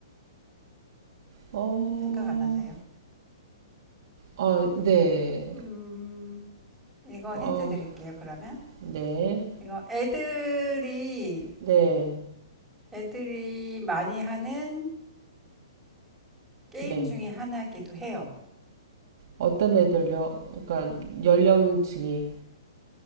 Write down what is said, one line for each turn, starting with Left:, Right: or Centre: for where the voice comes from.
Right: 어,
Centre: 생각 안 나세요?
Right: 아, 네.
Centre: 음, 이거
Right: 어,
Centre: 힌트 드릴게요, 그러면.
Right: 네.
Centre: 이거 애들이,
Right: 네.
Centre: 애들이 많이 하는 게임
Right: 네.
Centre: 중에 하나이기도 해요.
Right: 어떤 애들요? 그러니까 연령층이.